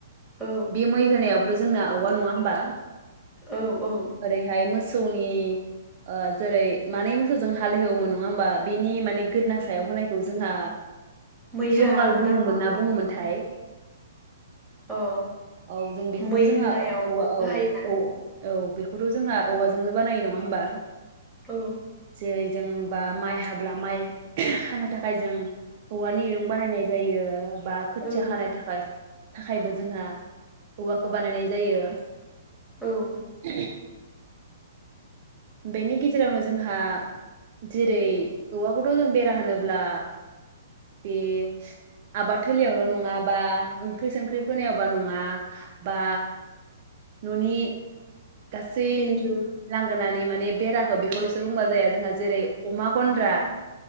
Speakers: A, in the centre; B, on the right (about 45°).
A: औ
B: बे मै होनायाव <unintelligible> जोंना औवा नङा होनबा
A: औ औ
B: ओरै हाय मोसो मोसौनि ओ जेरै मानै मोसौजों हालएवोमोन नङा होमबा बिनि माने गोदना सायाव होनायखौ जोंहा
A: मैहा
B: जंगाल बुङोमोन
A: मा बुङो
B: ना बुङोमोनथाय
A: अ
B: औ जों बेखौबो
A: मै
B: जोंहा
A: होनायावबो
B: औवा औ
A: बाहायोना
B: औ औ बेखौथ' जोंहा औवाजोंनो बानायो नङा होमबा
A: औ
B: जेरै जोंबा माइ हाब खानो थाखाय जों औवानि इरुं बानायनाय जायो बा खोथिया
A: औ
B: हानाय थाखाय थाखायबो जोंहा औवा खौ बानायनाय जायो <inaudible>
A: औ
B: बेनि गेजेरावनो जोंहा जेरै औवाखौथ' जों बेरा होनोब्ला बे आबाद थलियावल' नङा बा ओंख्रि संख्रि फोनायावबा नङा बा ननि गासै
A: इन्जुर
B: लां होनानै माने बेराखौ बेखौल'सो बुंबा जाया जोंहा जेरै अमा गन्द्रा